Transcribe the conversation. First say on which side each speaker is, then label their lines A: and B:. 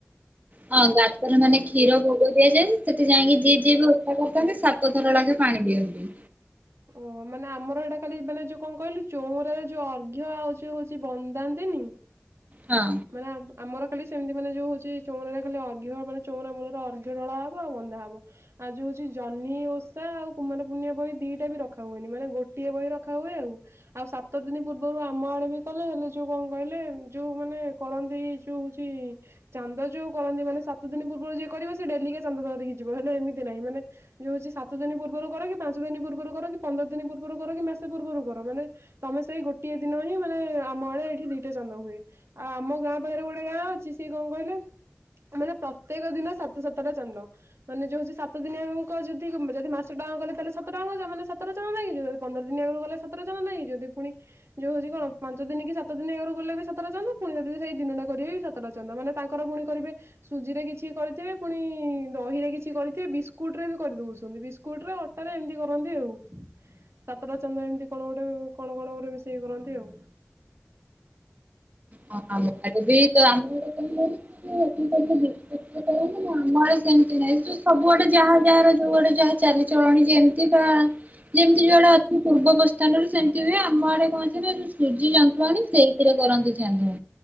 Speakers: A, on the right; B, on the right.
A: ହଁ ଗାତରେ ମାନେ କ୍ଷୀର ଭୋଗ ଦିଆଯାଏ। ସେଠି ଯାଇକି ଯିଏ ଯିଏ ବି ଓଷା କରିଥାନ୍ତି ସା ସାତ ଥର ଲାଖେ ପାଣି ଦିଅନ୍ତି।
B: ଓହୋ। ମାନେ ଆମର ହେଇଟା ଖାଲି ମାନେ ଯୋଉ କଣ କହିଲୁ ଚଉରାରେ ଯୋଉ ଅର୍ଘ ଆଉ ଯୋଉ ହଉଚି ବନ୍ଦାନ୍ତିନି
A: ହଁ।
B: ମାନେ ଆମ୍ ଆମର ଖାଲି ସେମିତି ମାନେ ଯୋଉ ହଉଚି ଚଉରା ରେ ଖାଲି ଅର୍ଘ ମାନେ ଚଉରା ମୂଳରେ ଅର୍ଘ ଢଳା ହବ ଆଉ ବନ୍ଦା ହବ। ଆଉ ଯୋଉ ହଉଚି ଜହ୍ନି ଓଷା ଆଉ କୁମାର ପୁର୍ଣିମା ବହି ଦିଟା ବି ରଖା ହୁଏନି ମାନେ ଗୋଟିଏ ବହି ରଖା ହୁଏ ଆଉ। ଆଉ ସାତ ଦିନ ପୂର୍ବରୁ ଆମ ଆଡେ ବି କଲେ ହେଲେ ଯୋଉ କଣ କହିଲେ ଯୋଉ ମାନେ କରନ୍ତି ଯୋଉ ହଉଚି ଚାନ୍ଦ ଯୋଉ କରନ୍ତି, ମାନେ ସାତ ଦିନ ପୂର୍ବରୁ ଯିଏ କରିବ ସେ ଡେଲି କା ଚାନ୍ଦ ଧରିିକି ଯିବ। ହେଲେ ଏମିତି ନାହିଁ। ମାନେ ଯଉ ହଉଚି ସାତ ଦିନ ପୂର୍ବରୁ କର କି ପାଞ୍ଚ ଦିନ ପୂର୍ବରୁ କର କି ପନ୍ଦର ଦିନ ପୂର୍ବରୁ କର କି ମାସେ ପୂର୍ବରୁ କର ମାନେ ତମେ ସେଇ ଗୋଟିଏ ଦିନ ହିଁ ମାନେ ଆମ ଆଡେ ଏଇଠି ଦିଟା ଚାନ୍ଦ ହୁଏ। ଆଉ ଆମ ଗାଁ ପାଖରେ ଗୋଟେ ଗାଁ ଅଛି ସିଏ କଣ କହିଲେ ତ ମାନେ ପ୍ରତ୍ୟେକ ଦିନ ସାତ ସାତଟା ଚାନ୍ଦ। ମାନେ ଯୋଉ ହୋଉଚି ସାତ ଦିନିଆଙ୍କ ଯଦି କ ଯଦି ମାସ ଟାଙ୍କ କଲେ ତାହେଲେ ସାତ ଟା <unintelligible> ମାନେ ସାତଟା ଚାନ୍ଦ ନେଇକିଯିବେ। ପନ୍ଦର ଦିନ ଆଗରୁ ଗଲେ ସାତଟା ଚାନ୍ଦ ନେଇକି ଯିବୁ। ଯଦି ପୁଣି ଯୋଉ ହଉଛି କଣ ପାଞ୍ଚ ଦିନ କି ସାତ ଦିନ ଆଗରୁ ଗଲେ ବି ସେ ସାତଟା ଚାନ୍ଦ ପୁଣି ଯଦି ସେଇ ଦିନଟା କରିବେ ସାତଟା ଚାନ୍ଦ ମାନେ ତାଙ୍କର ପୁଣି କରିବେ ସୁଜିରେ କିଛି କରିଥିବେ ପୁଣି ଦହିରେ କିଛି କରିଥିବେ ବିସ୍କୁଟ ରେ ବି କରିଦଉଛନ୍ତି ବିସ କୁଟରେ ଅଟାରେ ଏମିତି କରନ୍ତି ଆଉ। ସାତଟା ଚାନ୍ଦ ଏମିତି କଣ ଗୋଟେ କଣ କଣ ଗୋଟେ ମିଷେଇକି କରନ୍ତି ଆଉ।
A: ହଁ ଆମ ଆଡେ ବି ତ ଆମ ଆଡେ <unintelligible> <unintelligible> ନା ଆମର ସେମିତି ନାହିଁଯୋଉ ସବୁ ଆଡେ ଯାହା ଯାହାର ଯୋଉ ଆଡେ ଯାହା ଚାଲିଚଳଣି ଯେମିତି ବା ଯେମିତି ଯୋଉଆଡେ ଅଛି ପୂର୍ବ ପ୍ରସ୍ଥାନରେ ସେମିତି ହୁଏ ଆମ ଆଡେ କଣ ଅଛିନା ସୁଜି ଯନ୍ତୁଆଣି ସେଇଥିରେ କରନ୍ତି। ଚାନ୍ଦୁ।